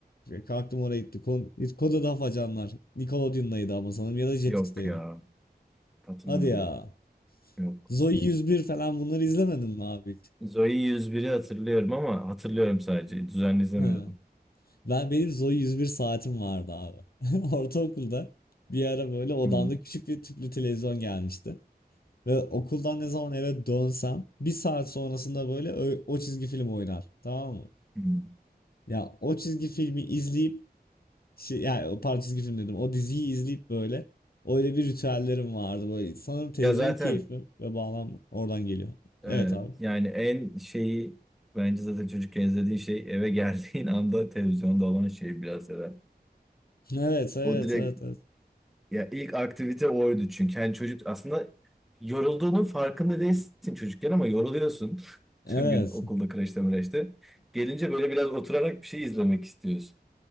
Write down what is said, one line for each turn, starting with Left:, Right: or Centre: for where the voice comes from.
Left: kalktım oraya gitti. Kon Koda'da Facanlar. Nickelodeon'daydı ama sanırım ya da Jetix'teydi.
Centre: Yok ya hatırlamıyorum.
Left: Hadi ya.
Centre: Yok.
Left: Zoey 101 falan bunları izlemedin mi abi hiç?
Centre: Zoe yüz biri hatırlıyorum ama hatırlıyorum sadece. Düzenli izlemiyordum.
Left: <laughs> Ben benim Zoe 101 saatim vardı abi. <laughs> Ortaokulda bir ara böyle odamda
Centre: Hı,
Left: küçük bir tüplü televizyon gelmişti. Ve okuldan ne zaman eve dönsem bir saat sonrasında böyle ö- o, çizgi film oynar. Tamam mı?
Centre: hı.
Left: Ya o çizgi filmi izleyip şey, yani o pardon çizgi film dedim. O diziyi izleyip böyle öyle bir ritüellerim vardı böyle. Sanırım televizyon
Centre: Ya zaten
Left: keyfi ve bağlam oradan geliyor.
Centre: e,
Left: Evet abi.
Centre: yani en şeyi bence zaten çocukken izlediğin şey eve geldiğin <laughs> anda televizyonda olan şey biraz herhalde.
Left: Evet, evet,
Centre: O direkt
Left: evet, evet.
Centre: ya ilk aktivite oydu çünkü. Yani çocuk aslında yorulduğunun farkında değilsin çocukken ama yoruluyorsun. <laughs>
Left: Evet.
Centre: Tüm gün okulda, kreşte, mreşte. Gelince böyle biraz oturarak bir şey izlemek istiyorsun.